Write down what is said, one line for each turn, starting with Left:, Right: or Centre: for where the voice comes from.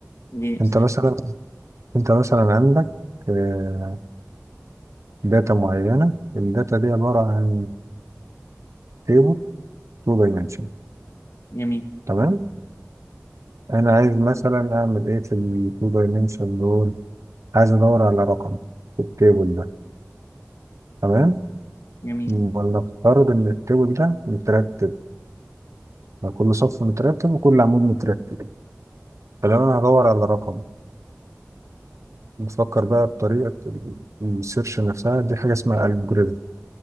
Left: دي مثال
Right: أنت مثلا أنت مثلا عندك آه، داتا معينة الداتا دي عبارة عن تيبل 2 دايمنشن
Left: جميل
Right: تمام أنا عايز مثلا أعمل إيه في ال 2 دايمنشن دول عايز أدور على رقم في التيبل ده تمام
Left: جميل
Right: ولنفترض ان التيبل ده مترتب يعني كل صف مترتب وكل عمود مترتب فلو انا هدور على رقم بفكر بقى بطريقه ال- السيرش نفسها دي حاجه اسمها الجوريزم